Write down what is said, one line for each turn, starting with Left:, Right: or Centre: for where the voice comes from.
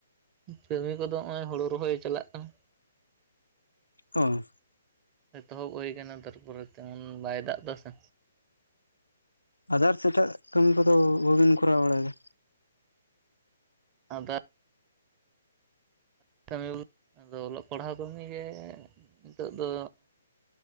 Right: ᱠᱟᱹᱢᱤ ᱠᱚᱫᱚ ᱱᱚᱜ-ᱚᱭ ᱦᱳᱲᱳ ᱨᱚᱦᱚᱭ ᱪᱟᱞᱟᱜ ᱠᱟᱱᱟ᱾
Left: ᱚᱻ
Right: ᱮᱛᱚᱦᱚᱵ ᱦᱩᱭ ᱟᱠᱟᱱᱟ ᱛᱟᱨᱯᱚᱨᱮ ᱛᱮ ᱮᱢᱚᱱ ᱵᱟᱭ ᱫᱟᱜ-ᱫᱟ ᱥᱮ᱾
Left: ᱟᱫᱟᱨᱥ ᱮᱴᱟᱜ ᱠᱟᱹᱢᱤ ᱠᱚᱫᱚ ᱵᱟᱹᱵᱤᱱ ᱠᱚᱨᱟᱣ ᱵᱟᱲᱟᱭᱮᱫᱟ?
Right: <unintelligible> <unintelligible> ᱟᱫᱚ ᱚᱞᱚᱜ ᱯᱟᱲᱦᱟᱣ ᱠᱟᱹᱢᱤᱜᱮ ᱱᱤᱛᱚᱜ ᱫᱚᱼᱼ